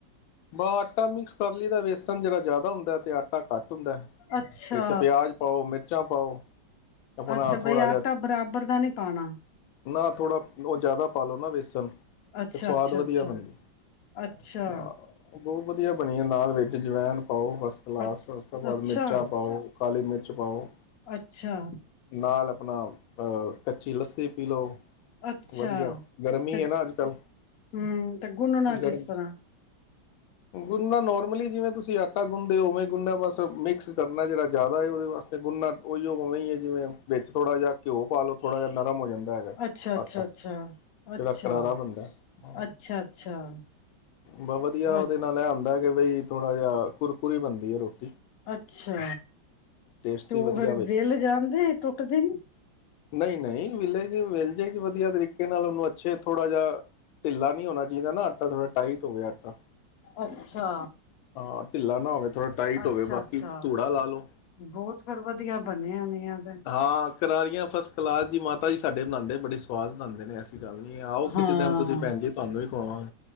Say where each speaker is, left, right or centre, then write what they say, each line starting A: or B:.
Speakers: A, on the left; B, on the left.
A: ਬ ਆਟਾ ਮਿਕਸ ਪਰਲੀ ਦਾ ਵੇਸਨ ਜਿਹੜਾ ਜ਼ਿਆਦਾ ਹੁੰਦਾ। ਆਟਾ ਘੱਟ ਹੁੰਦਾ
B: ਅੱਛਾ
A: ਵਿੱਚ ਪਿਆਜ਼ ਪਾਓ ਮਿਰਚ ਕੱਚਾ ਪਾਓ। ਆਪਣਾ
B: ਅੱਛਾ,
A: ਥੋੜ੍ਹਾ
B: ਬਈ ਆਟਾ
A: ਜਿਹਾ
B: ਬਰਾਬਰ ਦਾ ਨਹੀ ਪਾਣਾ।
A: ਨਾ ਥੋੜ੍ਹਾ ਉਹ ਜ਼ਿਆਦਾ ਪਾ ਲਓ ਨਾ ਵੇਸਣ
B: ਅੱਛਾ-ਅੱਛਾ-ਅੱਛਾ-ਅੱਛਾ।
A: ਸਵਾਦ ਵਧੀਆ ਬਣਦੀ ਹਾਂ ਬਹੁਤ ਵਧੀਆ, ਬਣੀਆਂ ਦਾਲ ਵਿੱਚ ਜਵਾਇਣ ਪਾਓ ਫਸਟ ਕਲਾਸ
B: ਅੱਛ
A: ਉਸ ਤੋਂ ਬਾਅਦ
B: ਅੱਛਾ
A: ਮਿਰਚਾਂ ਪਾਓ ਕਾਲੀ ਮਿਰਚ ਪਾਓ।
B: ਅੱਛਾ
A: ਨਾਲ ਆਪਣਾ ਅਹ ਕੱਚੀ ਲੱਸੀ ਪੀ ਲਓ।
B: ਅੱਛਾ
A: ਵਧੀਆ ਗਰਮੀ
B: ਤੇ
A: ਹੈ ਨਾ ਅੱਜ ਕੱਲ
B: ਹਮ ਤੇ ਗੁੰਨਣਾ
A: ਗਰਮੀ
B: ਕਿਸ ਤਰ੍ਹਾਂ
A: ਗੁੰਨਾ ਨੋਰਮਲੀ ਜਿਵੇਂ ਤੁਸੀਂ ਆਟਾ ਗੁੰਨਦੇ ਹੋ ਉਵੇਂ ਗੁੰਨਾ ਬਸ ਮਿਕਸ ਕਰਨਾ ਜਿਹੜਾ ਜ਼ਿਆਦਾ ਉਹਦੇ ਵਾਸਤੇ ਗੁੰਨਾ ਉ ਉਵੇਂ ਹੈ ਜਿਵੇਂ ਵਿੱਚ ਥੋੜਾ ਜਿਹਾ ਘਿਓ ਪਾਲੋ ਥੋੜਾ ਜਿਹਾ ਨਰਮ ਹੋ ਜਾਂਦਾ ਹੈਗਾ
B: ਅੱਛਾ ਅੱਛਾ
A: ਆਟਾ
B: ਅੱਛਾ ਅੱਛਾ
A: ਜਿਹੜਾ ਕਰਾਰਾ ਬਣਦਾ ਏ
B: ਅੱਛਾ ਅੱਛਾ
A: ਬਸ ਵਧੀਆ ਉਹਦੇ
B: ਅ
A: ਨਾਲ ਇਹ ਹੁੰਦਾ ਏ ਬਈ ਥੋੜਾ ਜਿਹਾ ਕੁਰਕੁਰੀ ਬਣਦੀ ਹੈ ਰੋਟੀ।
B: ਅੱਛਾ
A: ਟੇਸਟੀ
B: ਤੇ ਉਹ
A: ਵਧੀਆ
B: ਫੇਰ ਵਿਲ ਜਾਂਦੀ ਟੁੱਟ ਦੀ ਨੀ।
A: ਨਹੀਂ ਨਹੀਂ ਵਿਲੇਗੀ ਵਿਲ ਜੇਗੀ ਵਧੀਆ ਤਰੀਕੇ ਨਾਲ ਉਹਨੂੰ ਅੱਛੇ ਥੋੜ੍ਹਾ ਜਿਹਾ ਢਿੱਲਾ ਨਹੀਂ ਹੋਣਾ ਚਾਹੀਦਾ ਨਾ ਆਟਾ ਥੋੜਾ ਟਾਈਟ। ਹੋਵੇ ਆਟਾ
B: ਅੱਛਾ
A: ਹਾਂ। ਢਿੱਲਾ ਨਾ ਹੋਵੇ। ਥੋੜ੍ਹਾ ਟਾਈਟ
B: ਅੱਛਾ
A: ਹੋਵੇ ਬਾਕੀ
B: ਅੱਛਾ
A: ਧੂੜਾ ਲਾ ਲਓ
B: ਬਹੁਤ ਫਿਰ ਵਧੀਆ ਬਣਿਆ ਨੇ ਐਵੇ ਦੀਆ ਤੇ
A: ਹਾਂ ਕਰਾਰੀਆਂ ਫਸਟ ਕਲਾਸ ਜੀ ਮਾਤਾ ਜੀ। ਸਾਡੇ ਬਣਾਉਂਦੇ ਬੜੇ ਸਵਾਦ ਬਣਾਉਦੇ ਨੇ ਐਸੀ ਗੱਲ ਨੀ ਆਓ
B: ਹਾਂ
A: ਕਿਸੇ ਟਾਈਮ ਤੁਸੀਂ ਭੈਣ ਜੀ ਤੁਹਾਨੂੰ ਵੀ ਹੋਰ